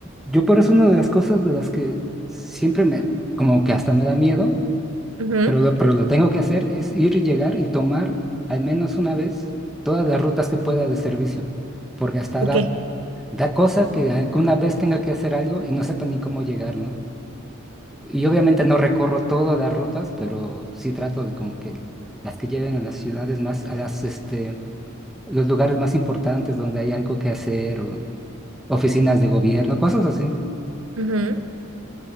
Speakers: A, in the centre; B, on the right.
A: Yo por eso una de las cosas de las que siempre me, como que hasta me da miedo,
B: Ujú,
A: pero lo, pero lo tengo que hacer, es ir y llegar y tomar al menos una vez todas las rutas que pueda de servicio, porque hasta
B: ¿Por
A: da,
B: qué?
A: da cosa que alguna vez tenga que hacer algo y no sepa ni cómo llegar, ¿no? Y obviamente no recorro todas las rutas, pero sí trato de como que las que lleven a las ciudades más, a las, este, los lugares más importantes donde hay algo que hacer o oficinas de gobierno, cosas así.
B: Ujú.